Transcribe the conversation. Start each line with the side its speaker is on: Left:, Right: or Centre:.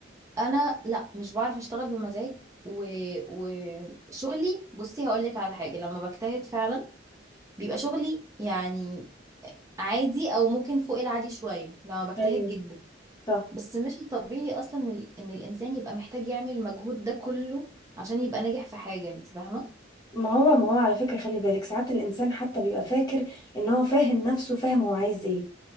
Right: انا لا مش بعرف اشتغل بمزاج و... وشغلي بصي هقول لك على حاجه لما بجتهد فعلا بيبقى شغلي يعني عادي او ممكن فوق العادي شويه لما بجتهد
Left: ايوه
Right: جدا
Left: صح
Right: بس مش الطبيعي اصلا ال- ان الانسان يبقى محتاج يعمل المجهود ده كله عشان يبقى ناجح في حاجه انت فاهمه
Left: ما هو ما هو على فكرة خلي بالك ساعات الإنسان حتى بيبقى فاكر إن هو فاهم نفسه فاهم هو عايز إيه